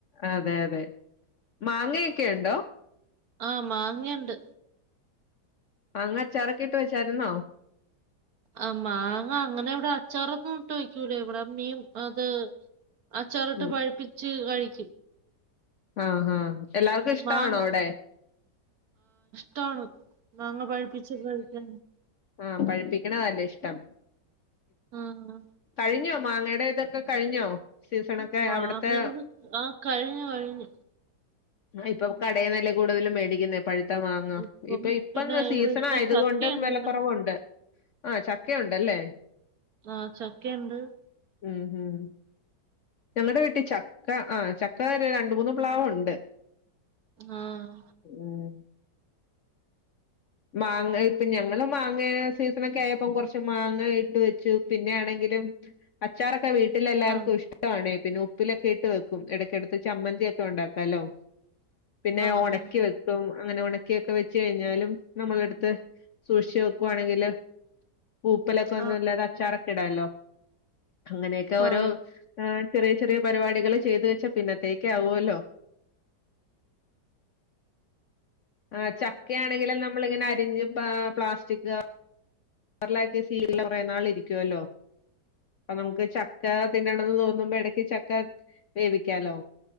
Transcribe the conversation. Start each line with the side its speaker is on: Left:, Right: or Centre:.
Left: അതെ അതെ മാങ്ങയൊക്കെ ഉണ്ടോ
Right: ആ മാങ്ങയുണ്ട്
Left: മാങ്ങ അച്ചാർ ഒക്കെ ഇട്ട് വെച്ചായിരുന്നോ
Right: ആ മാങ്ങ അങ്ങനെ ഇവിടെ അച്ചാറന്നും ഇട്ട് വയ്ക്കൂലേ ഇവിടെ അമ്മീ അത് അച്ചാറിട്ട്
Left: ഉം
Right: പഴിപ്പിച്ച് കഴിക്ക
Left: ആഹ് ആ എല്ലാർക്കും ഇഷ്ടമാണോ
Right: മാങ്ങ
Left: അവിടെ
Right: ട്ടാണ് മാങ്ങ പഴിപ്പിച്ചിട്ട കഴിക്ക
Left: ആ പഴിപ്പിക്കണ നല്ല ഇഷ്ടം
Right: ആഹ്
Left: കഴിഞ്ഞ മാങ്ങയുടെ ഇതൊക്കെ കഴിഞ്ഞോ സീസണൊക്കെ
Right: മാങ്ങ
Left: അവിടത്തെ
Right: ആ കഴിഞ്ഞു കഴിഞ്ഞു
Left: ഇപ്പൊ കടയിനല്ലേ കൂടുതലും മേടിക്കുന്ന പ്പഴുത്ത മാങ്ങ
Right: ഇപ്പം
Left: ഇപ്പൊ ഇപ്പന്താ
Right: പിന്നെ
Left: സീസൺ
Right: ഇവിടെ ഇപ്പൊ
Left: ആയത്
Right: ചക്കയുണ്ട്
Left: കൊണ്ടും വിലക്കുറവുണ്ട്
Right: ഇവിടെ
Left: ആ ചക്കയുണ്ടല്ലേ
Right: ആ ചക്കയുണ്ട്
Left: ഉം ഉം ഞങ്ങളടെ വീട്ടിൽ ചക്ക ആ ചക്ക രണ്ട് മൂന്ന് പ്ലാവുണ്ട്
Right: ആഹ
Left: ഉം മാങ്ങ ഇപ്പൊ ഞങ്ങള് മാങ്ങ സീസണൊക്കെ ആയപ്പോ കുറച്ച് മാങ്ങ ഇട്ട് വെച്ചു പിന്നെ ആണെങ്കിലും അച്ചാറൊക്കെ വീട്ടിലെല്ലാർക്കും
Right: ആ
Left: ഇഷ്ടമാണ് പിന്നെ ഉപ്പിലൊക്കെ ഇട്ട് വെക്കും ഇടയ്ക്കിടത്ത് ചമ്മന്തി ഒക്കെ ഉണ്ടാക്കാലോ പിന്നെ
Right: ആ
Left: ഉണക്കി
Right: ആ
Left: വെക്കും അങ്ങനെ ഉണക്കിയൊക്കെ വെച്ച് കഴിഞ്ഞാലും നമ്മള അടുത്ത്- സൂക്ഷിച്ച് വെക്കുവാണെങ്കില് പൂപ്പലൊക്കെ ഒന്നുമല്ലാതെ
Right: ആ
Left: അച്ചാറൊക്കെ ഇടാമല്ലോ അങ്ങനെയൊക്കെ
Right: ആ
Left: ഓരോ ചെറിയ ചെറിയ പരിപാടികൾ ചെയ്തു വെച്ചാ പിന്നത്തേക്ക്‌ ആവുമല്ലോ ആ ചക്കയാണെങ്കിലും നമ്മ- അരിഞ്ഞ് പ്ലാസ്റ്റിക് കവറിൽ ആക്കി <unintelligible> കുറേ നാൾ ഇരിക്കുവല്ലേ നമുക്ക് ചക്ക തിന്നണമെന്ന് തോന്നിയാൽ ചക്ക വേവിക്ക- ക്കാലോ